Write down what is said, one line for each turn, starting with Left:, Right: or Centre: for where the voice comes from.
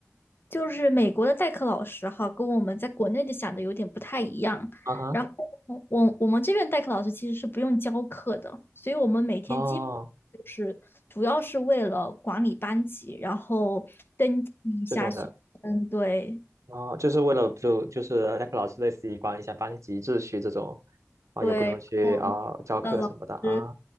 Left: 就是美国的代课老师哈，跟我们在国内的想的有点不太一样。
Right: 啊哈，
Left: 然后我我我们这边代课老师其实是不用教课的，所以我们每天基本就是主要是为了管理班级，
Right: 哦，
Left: 然后登记一下学生，
Right: 这种的，
Left: 对
Right: 哦，就是为了就就是代课老师类似于管理一下班级秩序这种，啊、
Left: 对，
Right: 也不用去啊、
Left: 然后的老师
Right: 教课什么的啊